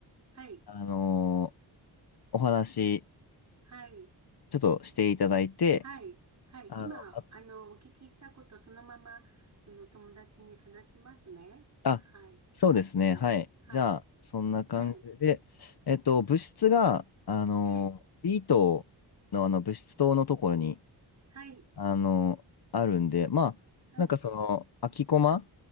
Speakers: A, on the right (about 40°); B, on the left (about 60°).
A: はい、
B: あのーお話、
A: はい、
B: ちょっとしていただいて、
A: はい、はい、
B: あの、
A: 今、
B: あ、
A: あの、お聞きしたことそのまま、その友達に話しますね。
B: あ、
A: はい、
B: そうですね。
A: ええ、
B: はい。
A: はい、
B: じゃあ、そんな感じで、
A: はい、
B: えっと、物質が、あのー、
A: ええ、
B: B 棟の、あの、物質棟のところに、
A: はい、
B: あのーあるんで、まあ、
A: はい、
B: なんかその、空きコマ